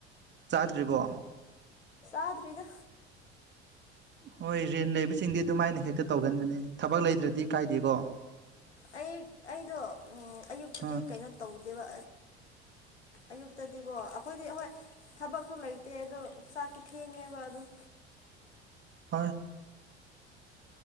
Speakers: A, on the right; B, on the left.
A: ꯆꯥꯗ꯭ꯔꯤꯕꯣ
B: ꯑꯥꯗꯔꯗ
A: ꯍꯣꯏ ꯔꯔꯤꯟ ꯂꯩꯕꯁꯤꯡꯗꯤ ꯑꯗꯨꯃꯥꯏꯅ ꯍꯦꯛꯇ ꯇꯧꯒꯟꯕꯅꯦ ꯊꯕꯛ ꯂꯩꯗ꯭ꯔꯗꯤ ꯀꯥꯏꯗꯦꯀꯣ
B: ꯑꯩ ꯑꯩꯗꯣ ꯑꯌꯨꯛꯇꯗꯤ
A: ꯑꯥ
B: ꯀꯩꯅꯣ ꯇꯧꯗꯦꯕ ꯑꯌꯨꯛꯇꯗꯤꯀꯣ ꯑꯩꯈꯣꯏꯗꯤ ꯍꯣꯏ ꯊꯕꯛꯁꯨ ꯂꯩꯇꯦ ꯑꯗꯣ ꯆꯥꯛꯁꯨ ꯊꯦꯡꯉꯦꯕ ꯑꯗꯨꯝ
A: ꯍꯣꯏ